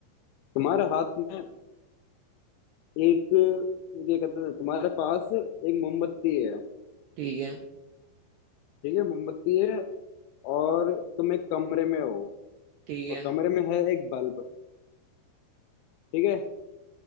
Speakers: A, on the left (about 85°); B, on the right (about 85°).
A: तुम्हारे हाथ में एक ये कहते हैं तुम्हारे पास एक मोमबत्ती है
B: ठीक है
A: ठीक है मोमबत्ती है और तुम एक कमरे में हो
B: ठीक
A: और
B: है
A: कमरे में है एक बल्ब ठीक है